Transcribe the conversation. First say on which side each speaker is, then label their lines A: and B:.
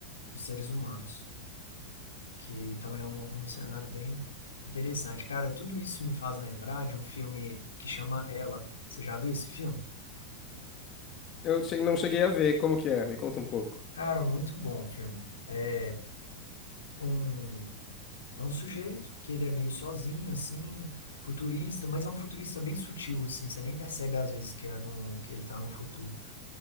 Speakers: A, on the left; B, on the left.
A: dos seres humanos, que também é um, um cenário bem interessante. Cara, tudo isso me faz lembrar de um filme que chama Ela. Você já viu esse filme?
B: Eu che- não cheguei a ver, como que é? Me conta um pouco.
A: Cara, muito bom o filme. É um É um sujeito que ele é meio sozinho, assim, futurista, mas é um futurista bem sutil, assim, você nem percebe às vezes que, é num, que ele tá no futuro.